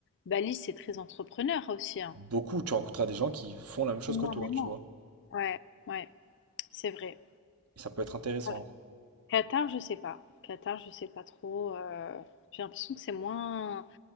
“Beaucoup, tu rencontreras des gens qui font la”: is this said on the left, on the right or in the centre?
Right